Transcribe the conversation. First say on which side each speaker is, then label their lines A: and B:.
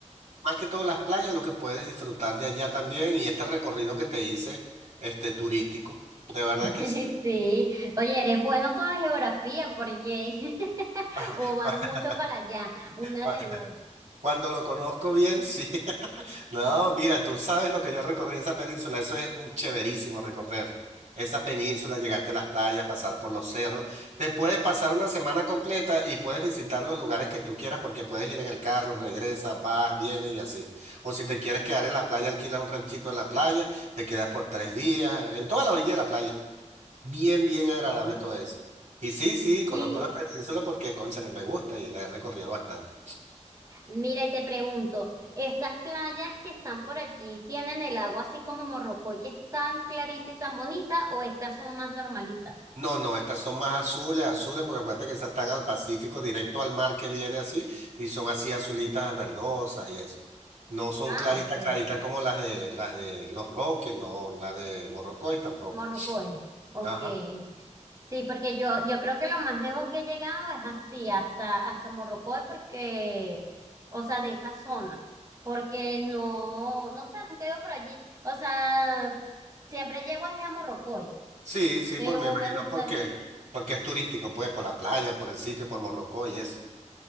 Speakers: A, on the right; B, on the right.
A: más que todo las playas, lo que puedes disfrutar de allá también y este recorrido que te hice, este turístico, de verdad
B: <laughs>
A: que sí.
B: Sí. Oye, eres bueno con la geografía, porque <laughs>
A: <laughs>
B: o vas mucho para allá, una
A: Cuando,
B: de dos.
A: cuando lo conozco bien, sí. <laughs> No, mira, tú sabes lo que yo recorrí en esa península, eso es un chéverísimo recorrer. Esa península, llegarte a las playas, pasar por los cerros. Te puedes pasar una semana completa y puedes visitar los lugares que tú quieras porque puedes ir en el carro, regresas, vas, vienes y así. O si te quieres quedar en la playa, alquilas un ranchito en la playa, te quedas por tres días, en toda la orilla de la playa. Bien, bien agradable
B: Bueno.
A: todo eso. Y sí, sí, conozco
B: Y
A: la península porque, cónchale, me gusta y la he recorrido bastante.
B: mira, y te pregunto, ¿estas playas que están por allí tienen el agua así como Morrocoy, que es tan clarita y tan bonita, o estas son más normalitas?
A: No, no, estas son más azules, azules, porque acuérdate que esas están al Pacífico, directo al mar que viene así, y son así azulitas verdosas y eso. No son
B: Ah,
A: claritas,
B: ok.
A: claritas como las de las de Los Roques, no, la de Morrocoy tampoco.
B: Morrocoy. Ok.
A: Ajá.
B: Sí, porque yo, yo creo que lo más lejos que he llegado es así, hasta, hasta Morrocoy, porque, o sea, de esa zona, porque no, no sé, nunca he ido por allí. O sea, siempre llego ahí a Morrocoy,
A: Sí, sí,
B: pero
A: por me imagino
B: me gustaría,
A: porque, porque es turístico, pues, por la playa, por el sitio, por Morrocoy y eso.